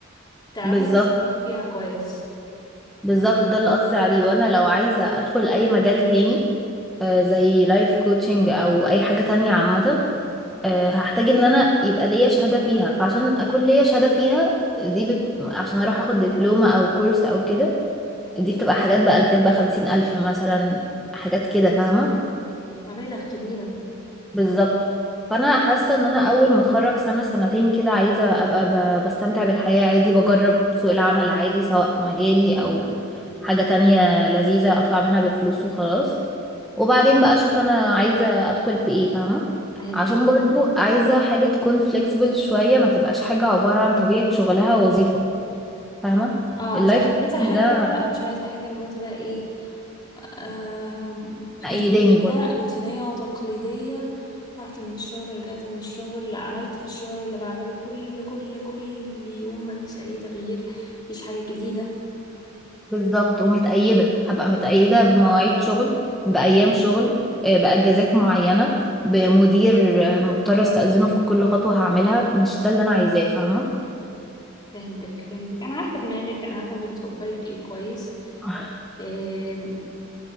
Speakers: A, on the left; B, in the centre.
A: تعرفي
B: بالظبط
A: تتصرفي فيها كويس
B: بالظبط ده اللي قصدي عليه وانا لو عايزه ادخل اي مجال تاني آه، زي لايف كوتشنج او اي حاجه تانية عامه آه، هحتاج ان انا يبقى ليا شهادة فيها فعشان اكون ليا شهادة فيها دي بت... عشان اروح اخد دبلومة او كورس او كده دي بتبقى حاجات بألافات بقى خمسين الف مثلا حاجات كده فاهمة
A: مبالغ كبيرة
B: بالظبط فانا حاسة ان انا اول ما اتخرج سنة سنتين كده عايزة ابقى ب... بستمتع بالحياة عادي بجرب سوق العمل عادي سواء في مجالي او حاجة تانية لذيذة اطلع منها بفلوس وخلاص وبعدين بقى اشوف انا عايزة ادخل في ايه فاهمة
A: ايوه
B: عشان
A: فهمت.
B: برضو عايزة حاجة تكون flexible شوية ما تبقاش حاجة عبارة عن طبيعة شغلها وظيفة فاهمة
A: اه
B: اللايف
A: انتي مش
B: كوتش
A: عايزة حاجة
B: ده
A: مش عايزة حاجة اللي هو تبقى ايه آم، روتينية
B: مأيداني برضو
A: روتينية وتقليدية رحت من الشغل رجعت من الشغل عملت في الشغل اللي بعمله كل كل كل يوم مفيش أي تغيير مفيش حاجة جديدة
B: بالظبط ومتأيدة هبقى متأيدة بمواعيد شغل بأيام شغل آه، بأجازات معينة بمدير آه، مضطرة استأذنه في كل خطوة هعملها مش ده اللي أنا عايزاه فاهمة
A: فهمتك فهمتك أنا عارفة دماغك أنا عارفة أنتي بتفكري في إيه كويس
B: <laughs>
A: آم،